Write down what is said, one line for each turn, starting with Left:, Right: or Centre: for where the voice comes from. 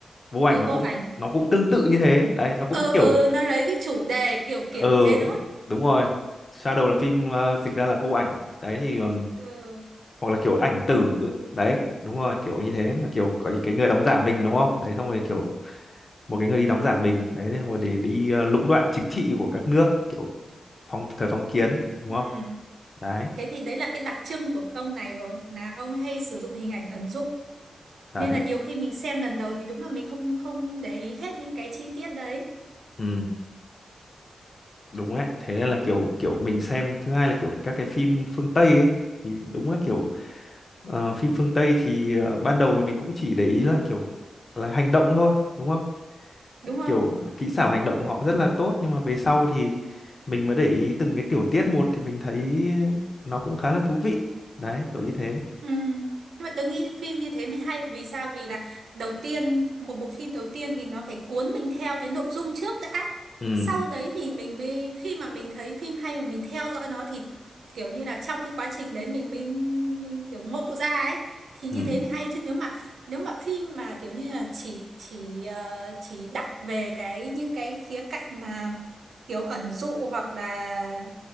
Left: vô ảnh
Right: ừ,
Left: nó
Right: vô
Left: cũng
Right: ảnh
Left: nó cũng tương tự như thế đấy nó cũng
Right: ờ
Left: kiểu
Right: ờ nó lấy cái chủ đề kiểu
Left: ừ
Right: kiểu thế đúng không
Left: đúng rồi shadow là phim ờ, dịch ra là vô ảnh đấy thì ừm,
Right: ờ
Left: hoặc là kiểu ảnh tử ấy. đấy đúng rồi kiểu như thế là kiểu có cái cái người đóng giả mình đúng không đấy xong rồi kiểu một cái người đi đóng giả mình đấy xong rồi để đi ờ, lũng đoạn chính trị của các nước kiểu phong thời phong kiến đúng
Right: Ừm,
Left: không đấy
Right: Thế thì đấy là cái đặc trưng của cái ông này rồi là ông hay sử dụng hình ảnh ẩn dụ
Left: đấy
Right: nên là nhiều khi mình xem lần đầu thì đúng là mình không không để ý hết những cái chi tiết đấy
Left: ừ đúng đấy thế nên là kiểu kiểu mình xem thứ hai là kiểu các cái phim phương Tây ấy thì đúng là kiểu ờ, phim phương Tây thì ờ, ban đầu thì mình cũng chỉ để ý là kiểu là hành động thôi đúng không
Right: đúng không?
Left: kiểu kỹ xảo hành động của họ rất là tốt nhưng mà về sau thì mình mới để ý từng cái tiểu tiết một thì mình thấy nó cũng khá là thú vị đấy kiểu như thế
Right: Ừ. Nhưng mà tớ nghĩ phim như thế mới hay vì sao? Vì là đầu tiên một bộ phim đầu tiên thì nó phải cuốn mình theo cái nội dung trước đã.
Left: ừ
Right: Sau đấy thì mình mới khi mà mình thấy phim hay mà mình theo dõi nó thì kiểu như là trong cái quá trình đấy mình mình mình kiểu ngộ ra ấy thì như
Left: ừ
Right: thế mới hay chứ nếu mà nếu mà phim mà kiểu như là chỉ chỉ ờ, chỉ đặt về cái những cái khía cạnh mà kiểu ẩn dụ hoặc là